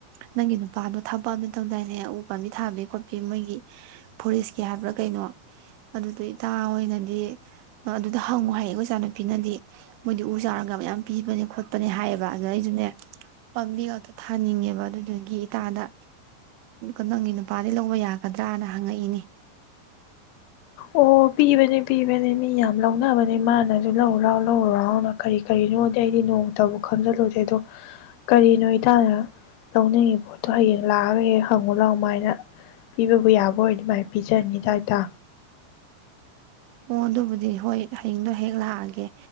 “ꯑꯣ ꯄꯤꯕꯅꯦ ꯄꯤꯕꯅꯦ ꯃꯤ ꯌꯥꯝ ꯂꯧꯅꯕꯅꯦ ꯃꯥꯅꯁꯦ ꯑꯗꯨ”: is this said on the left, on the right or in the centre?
Left